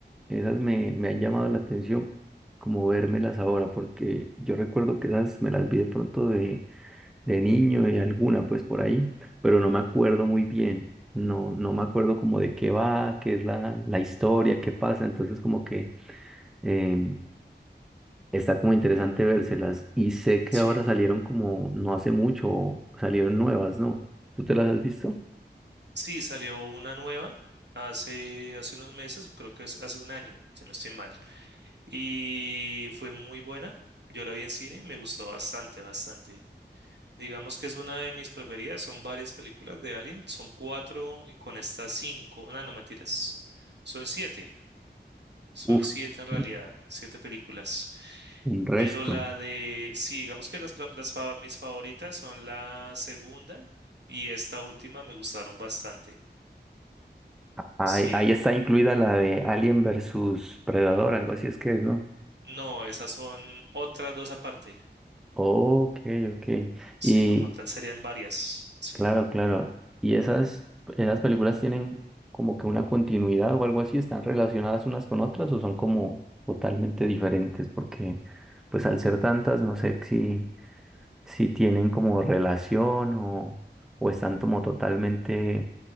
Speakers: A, in the centre; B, on the right.
A: esas me, me han llamado la atención como vérmelas ahora, porque yo recuerdo que esas me las vi de pronto de, de niño, de alguna, pues por ahí, pero no me acuerdo muy bien. No, no me acuerdo como de qué va, qué es la, la historia, qué pasa. Entonces como que em, Está como interesante vérselas. Y sé que
B: Sí,
A: ahora salieron como no hace mucho, salieron nuevas, ¿no? ¿Tú te las has visto?
B: sí, salió una nueva hace hace unos meses, creo que es hace un año, si no estoy mal, y fue muy buena. Yo la vi en cine, me gustó bastante, bastante. Digamos que es una de mis preferidas. Son varias películas de Alien. Son cuatro y con estas cinco. No, no mentiras. Son siete. Son
A: Uf,
B: siete en realidad.
A: un
B: Siete películas.
A: un resto.
B: Pero la de... Sí, digamos que las, pra- las fa- mis favoritas son la segunda y esta última me gustaron bastante.
A: Ahí,
B: Sí.
A: ahí está incluida la de Alien versus Predador, algo así es que es, ¿no?
B: No, esas son otras dos aparte.
A: Ok, ok.
B: Sí,
A: Y
B: como tal serían varias. Sí.
A: claro, claro. ¿Y esas, esas películas tienen como que una continuidad o algo así? ¿Están relacionadas unas con otras o son como totalmente diferentes? Porque pues al ser tantas, no sé si... si tienen como relación o, o están como totalmente